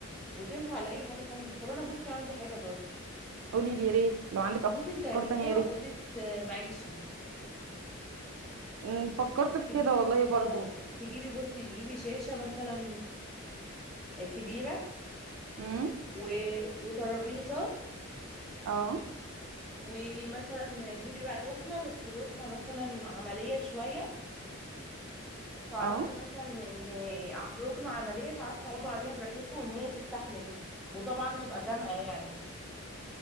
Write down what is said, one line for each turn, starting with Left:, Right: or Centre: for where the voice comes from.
Centre: وتنفع لأي حاجة تانية طب أنا بصي عندي حاجة برضو
Right: قولي لي يا ريت لو عندك
Centre: انت ممكن تعمليها
Right: افكار تانية يا ريت
Centre: أوضة آه، معيشة
Right: مم، فكرت في
Centre: تجيبي
Right: كده والله برضو
Centre: اه تجيبي بصي تجيبي شاشة مثلا آه، كبيرة
Right: امم
Centre: و... وترابيزة
Right: اه
Centre: ومثلا تجيبي بقى ركنة بس ركنة مثلا عملية شوية تعرفي
Right: اه
Centre: مثلا ان ع- ركنة عملية تعرفي تقعدوا عليها براحتكم وان هي تستحمل وطبعا تبقى غامقة يعني